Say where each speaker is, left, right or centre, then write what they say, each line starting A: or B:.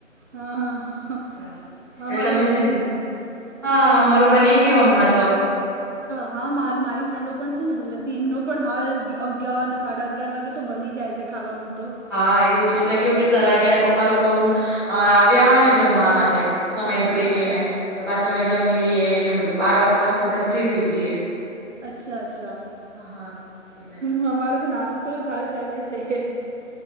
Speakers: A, on the right; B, on the right.
A: હા હા
B: બરાબર
A: હ અમારું
B: એટલે તમે
A: વેલું.
B: સિંધી હા મામારું બની ગયું હમણાં તો.
A: હા મા મારી ફ્રેન્ડો પણ છે ને ગુજરાતી એમનો પણ હાલ અગિયારને સાડા અગયાર વાગે. તો બની જાય છે ખાવાનું તો.
B: હા એવું છે એટલે કેવું કે સર અગિય્યારે પપ્પા લોકો આવ આવ્યા હોય ને જમવા માટે. સમય બ્રેક
A: અચ્છા
B: લઈને તો પાછી અમે જમી લએ ને બધું બહાર વાગતા તો અમે બધા ફ્રી થઈ જઈએ.
A: અચ્છા અચ્છા
B: હા હા એટલે
A: હ અમારો તો નાસ્તો જ હાલ ચાલે છે. અમે